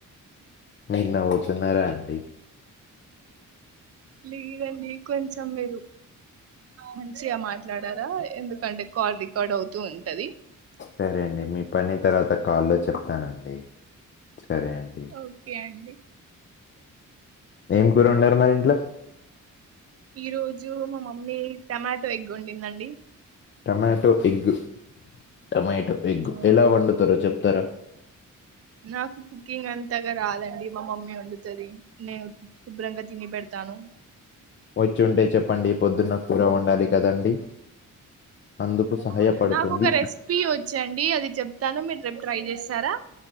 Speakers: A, on the left; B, on the right.
A: మీరు నవ్వుతున్నారా అండి
B: లేదండి కొంచెం మీరు మంచిగా మాట్లాడ్ తారా ఎందుకంటే కాల్ రికార్డ్ అవుతూ ఉంటది
A: సరే అండి మీ పని తర్వాత కాల్లో చెప్తానండి. సరే అండి
B: ఓకే అండి
A: ఏం కూర ఉండారు మరి ఇంట్లో
B: ఈ రోజు మా మమ్మీ టమాటో ఎగ్ వండిందండి
A: టమాటో ఎగ్గు టమాటో ఎగ్గు
B: ఆ,
A: ఎలా వండుతారో చెప్తారా
B: నాకు కుకింగ్ అంత అంతగా రాదండి మా మమ్మీ వండుతంది నేను శుభ్రంగా తిని పెడతాను
A: వచ్చిఉంటే చెప్పండి పొద్దున్న కూర ఉండాలి కదండి. అందుకు సహాయపడుతుంది
B: అవునా నాకు ఒక రెసిపీ వచ్చండి అది చెప్తాను మీరు రె ట్రై చేస్తారా